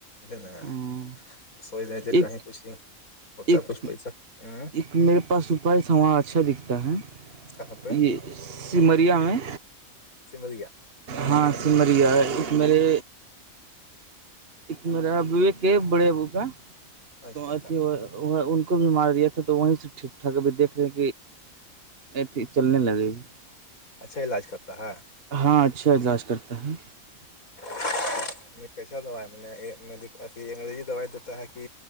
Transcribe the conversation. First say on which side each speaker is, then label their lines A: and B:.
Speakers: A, on the left; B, on the right.
A: نہیں ن
B: ہاں
A: سوچ رہ تھے
B: ایک
A: کہیں کچھ نہیں ہوتا
B: ایک
A: ہے کچھ پیسہ ہوں
B: ایک میرے پاس سپاری سوار اچھا دکھتا ہے
A: کہاں پہ
B: یہ سمریا میں
A: سمریا
B: ہاں سمریا ایک میرے ایک میرا ابو ایک بڑے ابو کاھی
A: اچھا اچھا
B: کو بھی مار دیا تھا تو وہیں سے ٹھیک ٹھاک ابھی دیکھ رہے کہ چلنے لگے گی
A: اچھا علاج کرتا ہے
B: ہاں اچھا اجلاج کرتے ہے
A: <unintelligible> کیسا دو نےھی انگریزی دوائی دیتا ہے کہ